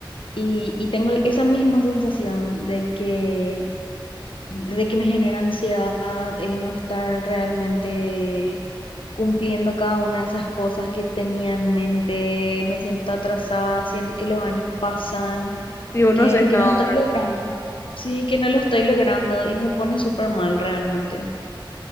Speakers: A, on the left; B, on the left.
A: y, y tengo esa misma sensación de que, de que me genera ansiedad el no estar realmente... cumpliendo cada una de esas cosas que tenía en mente, me siento atrasada, siento que los años pasan
B: Y vos
A: que,
B: no haces nada,
A: que no estoy
B: ¿verdad?
A: logrando. Sí, que no lo estoy logrando y me pone súper mal realmente.